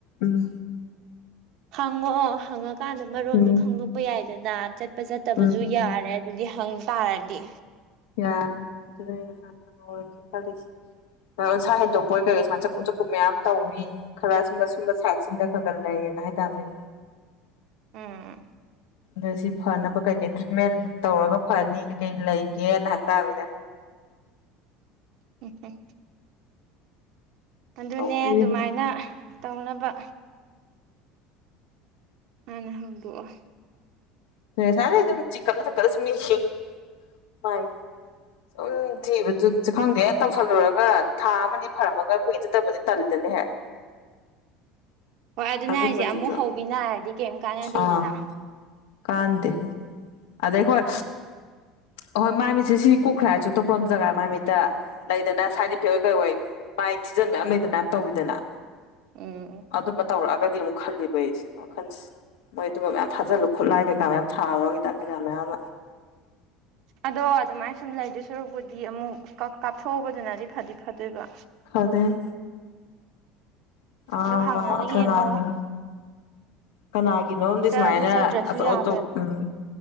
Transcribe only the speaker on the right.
ꯍꯪꯉꯛꯑꯣ ꯍꯪꯉꯀꯥꯟꯗ ꯃꯔꯣꯟꯗꯣ
ꯈꯪꯗꯣꯛꯄ ꯌꯥꯏꯗꯅ ꯆꯠꯄ ꯆꯠꯇꯕꯁꯨ
ꯌꯥꯔꯦ ꯑꯗꯨꯗꯤ ꯍꯪ ꯇꯥꯔꯗꯤ
ꯎꯝ
ꯎꯝ ꯎꯝ ꯑꯗꯨꯅꯦ
ꯑꯗꯨꯃꯥꯏꯅ ꯇꯧꯅꯕ ꯍꯥꯟꯅ ꯍꯪꯗꯣꯛꯑꯣ
inaudible ꯍꯣꯏ ꯑꯗꯨꯅꯦ
ꯍꯥꯏꯁꯦ ꯑꯃꯨꯛ ꯍꯧꯕꯤ ꯅꯥꯔꯗꯤ ꯀꯩꯝ ꯀꯥꯟꯅꯗꯦꯗꯅ
ꯎꯝ
ꯑꯗꯣ ꯑꯗꯨꯃꯥꯏꯟ ꯁꯨꯝ ꯂꯩꯗꯣꯏ ꯁꯔꯨꯛꯄꯨꯗꯤ ꯑꯃꯨꯛ ꯀꯛ ꯀꯥꯞꯊꯣꯛꯎꯕꯗꯨꯅꯗꯤ ꯐꯗꯤ ꯐꯗꯣꯏꯕ
ꯑꯗꯣ ꯍꯪꯉꯒ ꯌꯦꯡꯉꯣ
ꯆꯠꯂꯁꯨ
ꯆꯠꯇ꯭ꯔꯁꯨ
ꯌꯥꯕ